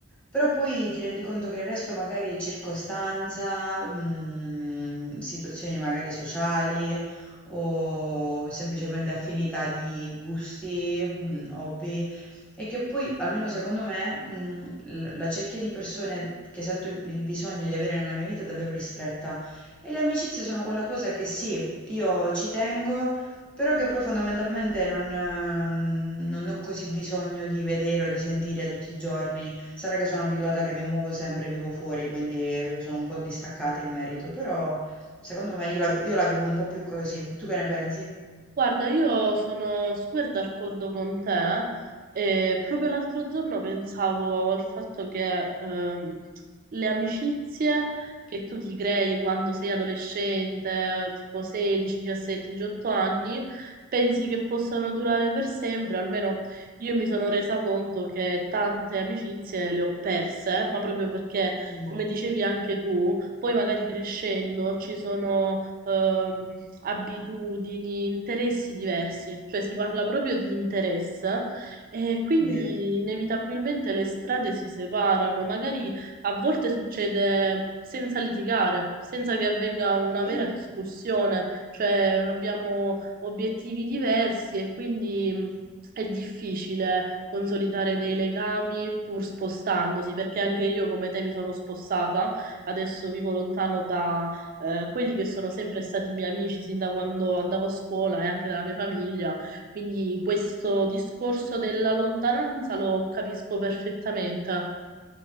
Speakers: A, in the centre; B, on the right (about 40°).
A: però poi ti rendi conto che il resto magari è circostanza, mm, situazioni magari sociali o semplicemente affinità di gusti, mm, hobby. E che poi, almeno secondo me, mh, l- la cerchia di persone che sento il, il bisogno di avere nella mia vita è davvero ristretta. E le amicizie sono quella cosa che sì, io ci tengo, però che poi fondamentalmente non, eh, non ho così bisogno di vedere o di sentire tutti i giorni. Sarà che sono abituata che mi muovo sempre, vivo fuori, quindi eh, sono un po' distaccata in merito, però secondo me io la, io la vivo un po' più così. Tu che ne pensi?
B: Guarda, io sono super d'accordo con te e proprio l'altro giorno pensavo al fatto che ehm, le amicizie che tu ti crei quando sei adolescente, tipo 16, 17, 18 anni, pensi che possano durare per sempre, almeno io mi sono resa conto che tante amicizie le ho perse, ma proprio perché,
A: Mm,
B: come dicevi anche tu, poi magari crescendo ci sono ehm, abitudini, interessi diversi, cioè si parla proprio di interesse e quindi
A: vero.
B: inevitabilmente le strade si separano, magari a volte succede senza litigare, senza che avvenga una
A: Sì.
B: vera discussione, cioè abbiamo obiettivi diversi e quindi mh, è difficile consolidare dei legami pur spostandosi, perché anche io come te mi sono spostata, adesso vivo lontano da eh, quelli che sono sempre stati miei amici sin da quando andavo a scuola e anche dalla mia famiglia. Quindi questo discorso della lontananza lo capisco perfettamente.